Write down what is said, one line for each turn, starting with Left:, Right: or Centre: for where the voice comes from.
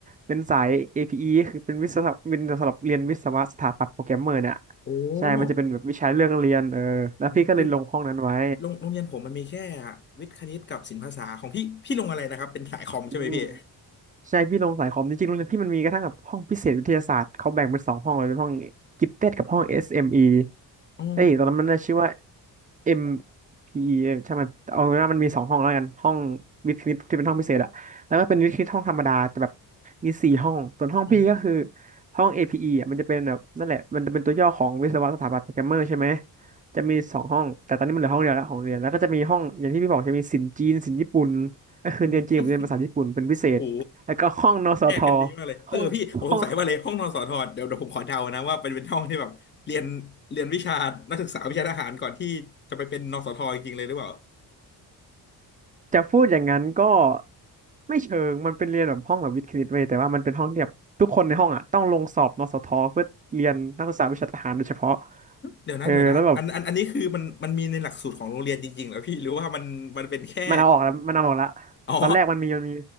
Right: เป็นสาย APE คือเป็นวิศวะเป็นสำหรับเรียนวิศวะสถาปัตย์โปรแกรมเมอร์เนี่ย
Left: โอ้โ
Right: ใช่ มันจะเป็นแบบวิชาเรื่องเรียนเออแล้วพี่ก็เลยลงห้องนั้นไว้
Left: หคือโรงโรงเรียนผมมันมีแค่วิทย์คณิตกับศิลปภาษาของพี่พี่ลงอะไรนะครับเป็นสายคอมใช่ไหมพี่
Right: อืมใช่พี่ลงสายคอมจริงๆโรงเรียนพี่มันมีกระทั่งแบบห้องพิเศษวิทยาศาสตร์เขาแบ่งเป็นสองห้องเลยเป็นห้องกิฟเต็ดกับห้อง SME
Left: อ๋อ
Right: เอมอีเอ้ยตอนนั้นมันน่าชื่อว่า MPE ใช่มันเอาเป็นว่ามันมีสองห้องแล้วกันห้องวิทย์คณิตที่เป็นห้องพิเศษอะแล้วก็เป็นวิทย์คณิตห้องธรรมดาแต่แบบมีสี่ห้องส่วนห้องพี่ก็คือ
Left: อ๋อ
Right: ห้อง APE อพีอีอะมันจะเป็นแบบนั่นแหละมันจะเป็นตัวย่อของวิศวะสถาปัตย์โปรแกรมเมอร์ใช่ไหมจะมีสองห้องแต่ตอนนี้มันเหลือห้องเดียวแล้วของเรียนแล้วก็จะมีห้องอย่างที่พี่บอกจะมีศิลป์จีนศิลป์ญี่ปุ่นก็คือเรียนจีนกับเรียนภาษาญี่ปุ่นเป็นพิเศษแล้วก็ห้องนสท
Left: อ๋อโอ้โหแยกกันดีมากเลยเออพี่ผมสงสัยว่าเลยห้องนอนสอทอเดี๋ยวเดี๋ยวผมขอเดานะว่าเป็นเป็นห้องที่แบบเรียนเรียนวิชานักศึกษาวิชาทหารก่อนที่จะไปเป็นนสทจริงๆเลยหรือเปล่า
Right: ห้องห้อง จะพูดอย่างนั้นก็ไม่เชิงมันเป็นเรียนแบบห้องแบบวิทย์คณิตเว้ยแต่ว่ามันเป็นห้องที่แบบทุกคนในห้องอ่ะต้องลงสอบนสทเพื่อเรียนนักศึกษาวิชาทหารโดยเฉพาะ
Left: เดี๋ยวนะเดี๋ยวนะอันอันอันนี้คือมันมันมีในหลักสูตรของโรงเรียนจริงๆเหรอพี่หรือว่ามันมันเป็นแค่
Right: เออแล้วแบบมันเอาออกแล้วมันเอาออกละ
Left: อ๋อ
Right: ตอนแรกมันมีมันมี